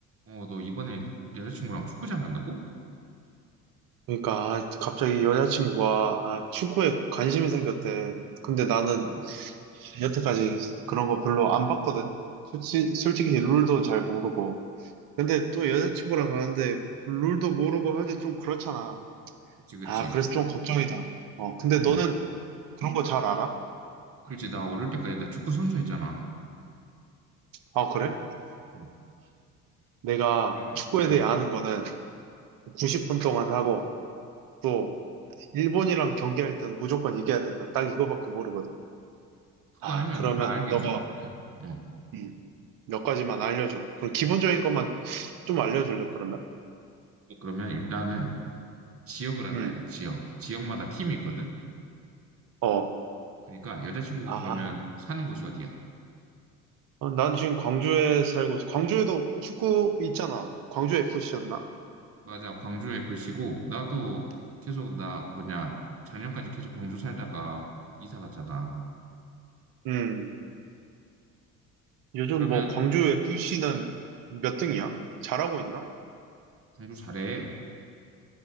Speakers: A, on the right; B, on the right.
A: 어, 너 이번에 여자친구랑 축구장 간다고?
B: 그러니까 아, 갑자기 여자친구가 아, 축구에 관심이 생겼대. 근데 나는
A: 어,
B: 여태까지 그런 거 별로 안 봤거든. 솔직히, 솔직히 룰도 잘 모르고. 근데 또 여자친구랑 가는데 룰도 모르고 하긴 좀 그렇잖아.
A: 그치, 그치.
B: 아, 그래서 좀 걱정이다. 어, 근데
A: 음,
B: 너는 그런 거 잘 알아?
A: 그렇지. 나 어릴 때까지 나 축구 선수했잖아.
B: 아, 그래?
A: 음,
B: 내가
A: 그러면,
B: 축구에 대해
A: 음,
B: 아는 거는 90분 동안 하고 또 일본이랑 경기할 땐 무조건 이겨야 된다. 딱 이거밖에 모르거든.
A: 그거
B: 아,
A: 알면
B: 그러면
A: 다 알긴,
B: 너가
A: 다. 어.
B: 음, 몇 가지만 알려줘. 그럼 기본적인 것만 좀 알려줄래, 그러면?
A: 그러면 일단은 지역을 알아야
B: 음,
A: 돼, 지역.
B: 음.
A: 지역마다 팀이 있거든?
B: 어.
A: 그러니까 여자친구
B: 아,
A: 그러면 사는 곳이 어디야?
B: 어, 난 지금 광주에 살고, 광주에도 축구 있잖아. 광주 FC였나?
A: 맞아, 광주 에 f 시고 나도 계속, 나, 뭐냐, 작년까지 계속 광주 살다가 이사 갔잖아.
B: 음, 요즘
A: 그러면
B: 뭐 광주 FC는 몇 등이야? 잘하고 있나?
A: 광주 잘해.